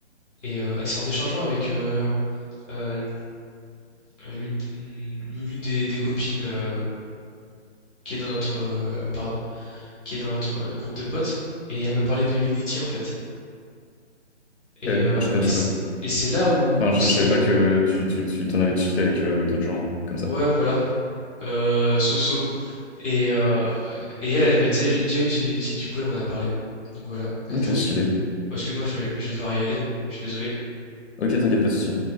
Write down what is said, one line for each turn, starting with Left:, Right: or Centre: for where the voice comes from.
Centre: Et, euh, et c'est en échangeant avec euh, euh, l'une mm, l'une des, des copines euh, qui est dans notre euh, pardon, qui est dans notre euh, le groupe de potes. Et elle me parlait de Unity en fait. Et,
Left: Ok,
Centre: euh,
Left: Ah, je connaissais
Centre: et c'est
Left: pas.
Centre: et c'est là où,
Left: Enfin,
Centre: où
Left: je,
Centre: c'est
Left: je savais pas
Centre: euh,
Left: que tu, tu, tu t'en avais discuté avec euh, d'autres gens euh, comme ça.
Centre: ouais voilà euh, so-so. Et, euh, et elle, elle avait déjà déjà utilisé Unity, du coup, elle m'en a parlé. Donc voilà. Attends,
Left: Ok, stylé.
Centre: Oh, excuse-moi, je, je vais devoir y aller. Je suis désolé.
Left: Ok, t'inquiète, pas de souci.